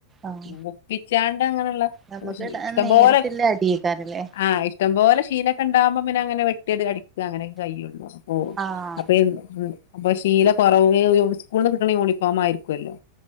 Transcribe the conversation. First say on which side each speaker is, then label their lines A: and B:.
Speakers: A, on the right; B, on the left.
A: ആഹ്
B: വെപ്പിച്ചാണ്ട് അങ്ങനെള്ള.
A: നമുക്ക്
B: ഇഷ്ടംപോലെ
A: നേരിട്ടില്ല അടിയേക്കാരല്ലേ
B: ആ ഇഷ്ടംപോലെ ശീല ണ്ടാവുമ്പ പിന്നെ അങ്ങനെ വെട്ടിയടിക്ക അങ്ങനെൊക്കെ കയ്യുള്ളു ഓ
A: ആഹ്
B: അപ്പൊ. അപ്പൊ ശീല കുറവ് സ്കൂൾന്ന് കിട്ടണ യൂണിഫോം ആയിരിക്കുവല്ലോ.